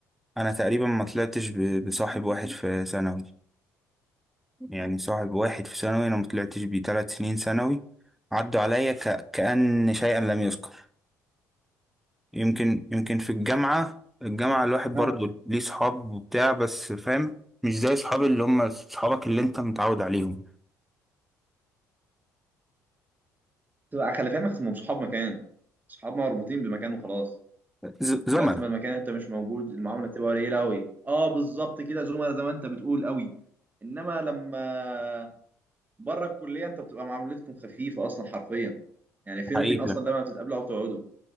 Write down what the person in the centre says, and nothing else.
انا تقريبا ما طلعتش ب- بصاحب واحد في ثانوي يعني صاحب واحد في ثانوي انا ما طلعتش بيه ثلاث سنين ثانوي عدوا عليا ك... كأن شيئا لم يذكر يمكن يمكن في الجامعة الجامعة الواحد
برضه ليه صحاب وبتاع بس فاهم مش زي صحاب اللي هم صحابك اللي انت متعود عليهم
ز... زملاء
حقيقي